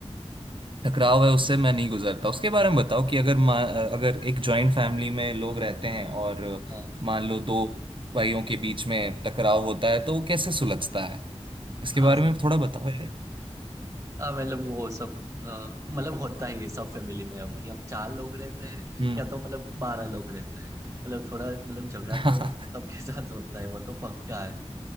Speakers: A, on the right; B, on the right.
A: टकराव है उससे मैं नहीं गुजरता उसके बारे में बताओ कि अगर मा, अगर एक जॉइंट फैमिली में लोग रहते हैं और
B: हाँ
A: मान लो दो भाइयों के बीच में टकराव होता है तो वो कैसे सुलझता है इसके
B: हाँ
A: बारे में थोड़ा बताओ यार
B: हाँ मतलब वो सब अ, मतलब होता ही है सब फैमिली में अभी हम चार लोग रहते हैं
A: हम्म
B: या तो मतलब बारह लोग रहते हैं मतलब थोड़ा मतलब झगड़ा
A: <laughs>
B: तो
A: हाँ
B: मतलब सबके <laughs> साथ होता है वो तो पक्का है